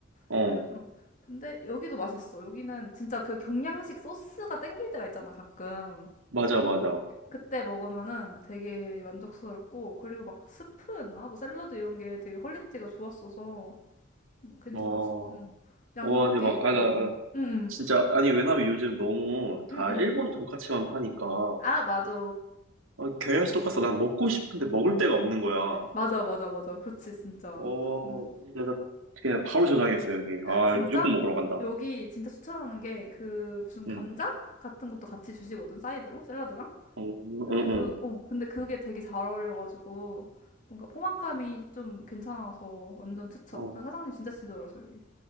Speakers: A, on the right (about 75°); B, on the left (about 35°).
A: 어,
B: 막 요- 어. 근데 여기도 맛있어. 여기는 진짜 그 경양식 소스가 땡길 때가 있잖아, 가끔.
A: 맞아, 맞아.
B: 그때 먹으면은 되게 만족스럽고, 그리고 막 스프였나? 뭐 샐러드 이런 게 되게 퀄리티가 좋았어서 음, 괜찮았어.
A: 어,
B: 응. 양도
A: 와 대박.
B: 꽤 있고.
A: 아, 나 나
B: 응. 응. 응.
A: 진짜 아니 왜냐면 요즘 너무 다
B: 응응.
A: 일본 돈까츠만 파니까 어,
B: 아, 맞아.
A: 경양식 돈까스 난 먹고 싶은데 먹을 데가 없는 거야.
B: 맞아, 맞아, 맞아. 그렇지, 진짜.
A: 어,
B: 응.
A: 진짜 나 그냥 바로 저장했어 여기. 아,
B: 진짜?
A: 무조건 먹으러 간다.
B: 여기 진짜 추천하는 게 그 무슨 감자
A: 응.
B: 같은 것도 같이 주시거든, 사이드로, 샐러드랑.
A: 음,
B: 근데
A: 응,
B: 그,
A: 응.
B: 어, 근데 그게 되게 잘 어울려가지고 뭔가 포만감이 좀 괜찮아서 완전 추천.
A: 어,
B: 아, 사장님 진짜 친절하셔, 여기.